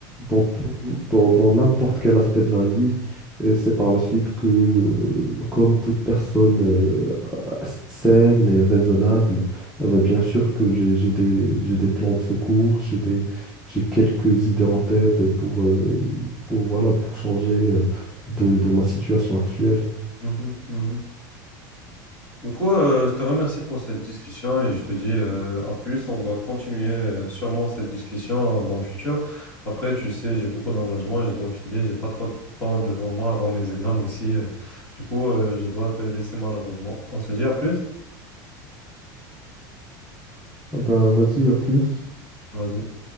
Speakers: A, in the centre; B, on the left.
A: dans tout- dans, dans n'importe quel aspect de la vie. Et c'est par la suite que, euh, comme toute personne euh, saine et raisonnable, euh, bah, bien sûr que j'ai, j'ai des, j'ai des plans de secours, j'ai des, j'ai quelques idées en tête pour, euh, pour, voilà, pour changer euh, de, de ma situation actuelle.
B: Mhm, mhm. Du coup, euh, je te remercie pour cette discussion et je te dis euh, à plus. On doit continuer euh, sûrement cette discussion euh, dans le futur. Après, tu sais, j'ai beaucoup d'engagement et je dois filer. J'ai pas trop de temps devant moi avant mes examens aussi. euh. Du coup, euh, je dois te laisser malheureusement. On se dit à plus.
A: Ah bah, vas-y, à plus.
B: Vas-y.